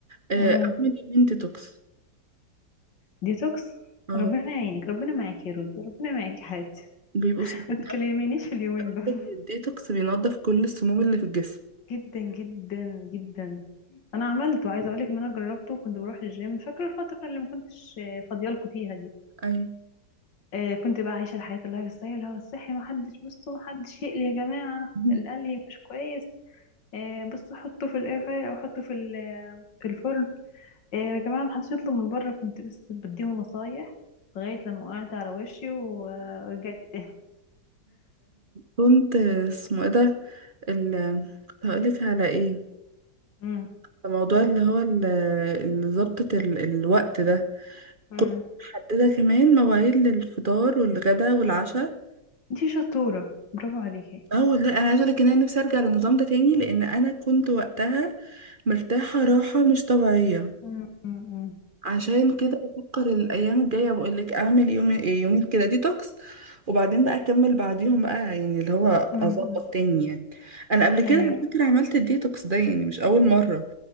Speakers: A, on the right; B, on the left.
A: آه،
B: امم
A: اعمل يومين ديتوكس
B: ديتوكس
A: اه
B: ربنا يعينك ربنا معاك يا رودي ربنا معاك يا حبيبتي
A: بيبقوا صعبين
B: ما تكلمينيش في اليومين
A: قوي
B: دول
A: الديتوكس بينضف كل السموم اللي في الجسم
B: جدا جدا جدا انا عملته عايزه اقولك ان انا جربته كنت بروح الجيم فاكره الفتره اللي ما كنتش فاضيالكوا فيها دي
A: اي
B: آه، كنت بقى عايشه الحياه اللايف ستايل هو الصحي ما حدش بصوا ما حدش يقلي يا جماعه
A: <laughs>
B: القلي مش كويس آه، بصوا حطه في الاير فراير او حطه في ال- آه، في الفرن آه، يا جماعه ما حدش يطلب من بره كنت بس بديهم نصايح لغايه لما وقعت على وشي ورجعت تاني
A: كنت اسمه ايه ده ال هقولك على ايه
B: امم
A: الموضوع اللي هو ال- اللي ظبطة ال- الوقت ده
B: امم
A: كنت محددة كمان مواعيد للفطار والغدا والعشاء
B: انتي شطوره برافو عليكي
A: اه والله انا عايزه اقولك ان انا نفسي ارجع للنظام ده تاني لان انا كنت وقتها مرتاحه راحه مش طبيعيه
B: امم امم
A: عشان كده بفكر الايام الجايه بقول لك اعمل يوم إيه، يومين كده ديتوكس وبعدين بقى اكمل بعديهم بقى يعني اللي هو
B: امم
A: اظبط تاني يعني انا قبل
B: ايوه
A: كده على فكره عملت الديتوكس ده يعني مش اول مره